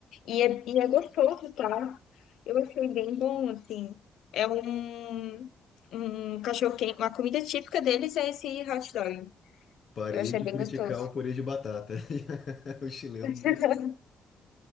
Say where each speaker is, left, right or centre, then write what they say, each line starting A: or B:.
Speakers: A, on the left (about 70°); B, on the left (about 40°).
A: E é, e é gostoso, tá? Eu achei bem bom, assim. É um, um cachorro quente. Uma comida típica deles é esse hot dog.
B: Parei
A: Eu achei
B: de
A: bem
B: criticar
A: gostoso.
B: o purê de batata. <laughs> O chileno
A: <laughs>
B: mesmo.